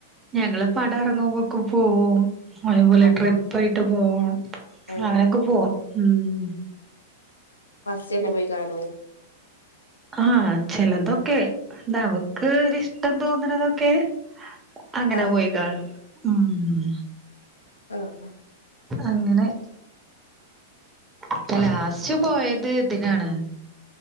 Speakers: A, on the right; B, on the left.
A: ഞങ്ങള് പടം അറങ്ങുമ്പൊക്കെ പോവും. അതേപോലെ
B: അപ്പൊ
A: ട്രിപ്പ ആയിട്ട് പോവും
B: ഏഹ്
A: അങ്ങനെയൊക്കെ പോവും ഉം
B: ഫസ്റ്റ് തന്നെ പോയി കാണോ
A: ആഹ ചെലതൊക്കെ. നമുക്ക് ഒരിഷ്ടം തോന്നണതൊക്കെ അങ്ങനെ
B: ആഹ്
A: പോയി കാണും ഉം.
B: ആഹ്
A: അങ്ങനെ ഇപ്പോ ലാസ്റ്റ് പോയത് ഇതിനാണ്